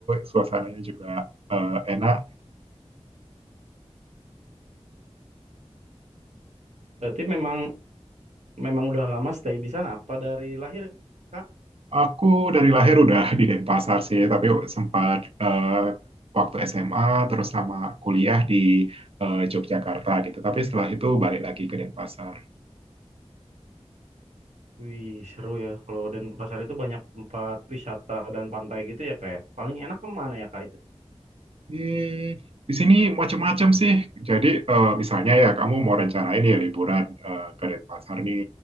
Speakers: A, on the right (about 55°); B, on the right (about 85°).
A: Suasananya juga eh, enak.
B: Berarti memang memang udah lama stay di sana apa dari lahir Kak?
A: Aku dari lahir udah di Denpasar sih, tapi sempat eh, waktu SMA terus sama kuliah di eh, Yogyakarta gitu. Tapi setelah itu balik lagi ke Denpasar.
B: Wih, seru ya. Kalau Denpasar itu banyak tempat wisata dan pantai gitu ya Kak ya. Paling enak kemana ya Kak itu?
A: Hmm, di sini macam-macam sih. Jadi eh, misalnya ya kamu mau rencanain ya liburan eh, ke Denpasar nih.